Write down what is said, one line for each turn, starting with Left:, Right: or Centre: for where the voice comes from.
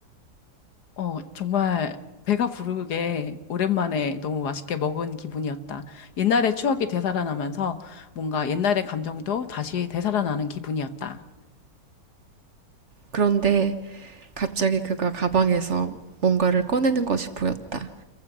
Left: 어, 정말 배가 부르게 오랜만에 너무 맛있게 먹은 기분이었다. 옛날의 추억이 되살아나면서 뭔가 옛날의 감정도 다시 되살아나는 기분이었다.
Right: 그런데 갑자기 그가 가방에서 뭔가를 꺼내는 것이 보였다.